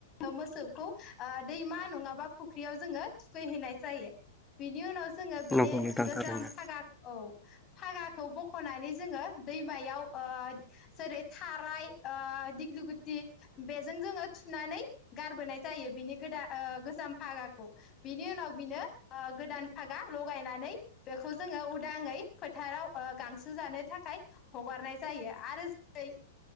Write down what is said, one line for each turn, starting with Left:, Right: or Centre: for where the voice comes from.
Left: मोसौखौ ओ दैमा नङाबा फुख्रियाव जोङो थुखैहैनाय जायो। बिनि उनाव जोङो बेनि
Centre: नंगौ नोंथां
Left: गोजाम
Centre: थारैनो
Left: फागा औ फागाखौ बख'नानै जोङो दैमायाव ओ जेरै थाराय ओ दिग्लि गु ति बेजों जोङो थुनानै गारबोनाय जायो बिनि गोदा ओ गोजाम फागाखौ। बिनि उनाव बिनो गोदान फागा लगायनानै बेखौ जोङो उदाङै फोथाराव गांसो जानो थाखाय हगारनाय जायो आरो जेरै